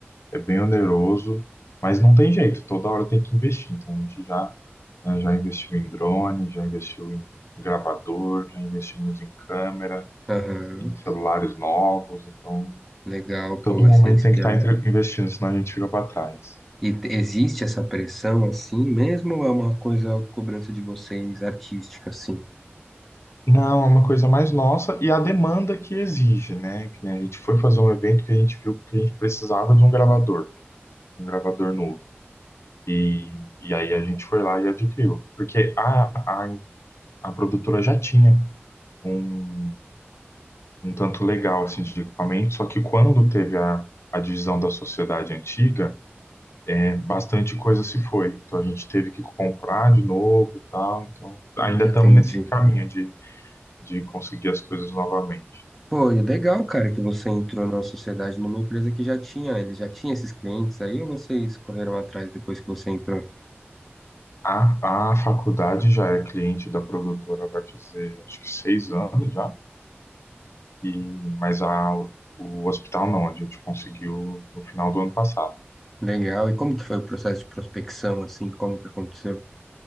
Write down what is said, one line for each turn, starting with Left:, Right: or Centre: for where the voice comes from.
Left: é bem oneroso, mas não tem jeito, toda hora tem que investir. Então a gente já, né, já investiu em drone, já investiu em gravador, já investimos em câmera,
Centre: aham,
Left: em celulares novos. Então
Centre: Legal, pô,
Left: todo momento
Centre: essencial.
Left: tem que estar entre- investindo, senão a gente fica para trás.
Centre: E t- existe essa pressão assim mesmo ou é uma coisa cobrança de vocês artística, assim?
Left: Não, é uma coisa mais nossa e a demanda que exige, né? Que nem a gente foi fazer um evento que a gente viu que a gente precisava de um gravador, um gravador novo. E, e aí a gente foi lá e adquiriu, porque a, a, a produtora já tinha um um tanto legal assim, de equipamento, só que quando teve a, a divisão da sociedade antiga, né, bastante coisa se foi. Então a gente teve que comprar de novo e tal. Então
Centre: Hum,
Left: ainda
Centre: Entendi.
Left: estamos nesse caminho de, de conseguir as coisas novamente.
Centre: Pô, e é legal, cara, que você entrou na sociedade, numa empresa que já tinha, ele já tinha esses clientes aí, ou vocês correram atrás depois que você entrou?
Left: A, a faculdade já é cliente da produtora, vai fazer acho que seis anos já, e, mas a, o hospital não, a gente conseguiu no final do ano passado.
Centre: Legal. E como que foi o processo de prospecção, assim? Como que aconteceu?